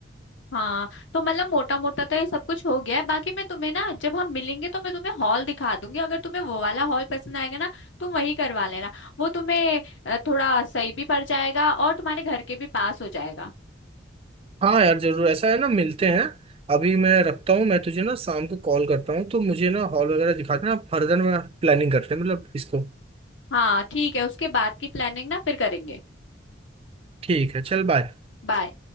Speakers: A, on the left; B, on the right.
A: हाँ तो मतलब मोटा मोटा तो ये सब कुछ हो गया है बाकी मैं तुम्हें ना जब हम मिलेंगे तो मैं तुम्हें हॉल दिखा दूंगी अगर तुम्हें वो वाला हॉल पसंद आएगा ना तुम वही करवा लेना वो तुम्हें अ, थोड़ा सही भी पड़ जाएगा और तुम्हारे घर के भी पास हो जाएगा
B: हाँ यार जरूर ऐसा है ना मिलते हैं अभी मैं रखता हूँ मैं तुझे ना शाम को कॉल करता हूँ तो मुझे ना हॉल वगैरह दिखा देना फर्दर मैं प्लानिंग करते हैं मतलब इसको
A: हाँ ठीक है उसके बाद की प्लानिंग ना फिर करेंगे
B: ठीक है चल बाय
A: बाय